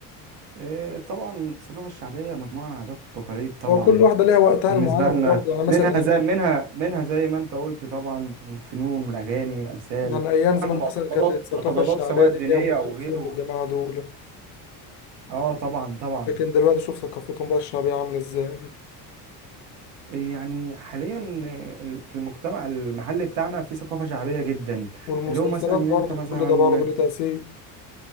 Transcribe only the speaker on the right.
آه، طبعا الثقافة الشعبية مجموعة عادات وتقاليد طبعا
بالنسبة
لنا
منها زي منها منها زي ما انت قلت طبعا فنون والأغاني أمثال
طبعا معتقدات
معتقدات
سواء
دينية
أو غيره
اه طبعا طبعا
يعني حاليا في المجتمع المحلي بتاعنا في ثقافة شعبية جدا
اللي هو مثلا ان
انت مثلا